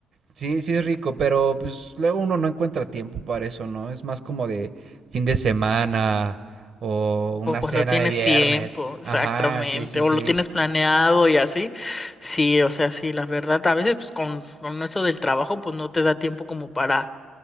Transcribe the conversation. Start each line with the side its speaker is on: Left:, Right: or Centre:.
Right: Sí, sí es rico, pero pues luego uno no encuentra tiempo para eso, ¿no? Es más como de fin de semana o una
Left: O cuando
Right: cena
Left: tienes
Right: de viernes.
Left: tiempo, exactamente,
Right: Ajá, sí, sí,
Left: o
Right: sí.
Left: lo tienes planeado y así. Sí, o sea, sí, la verdad, a veces pues con, con eso del trabajo pues no te da tiempo como para,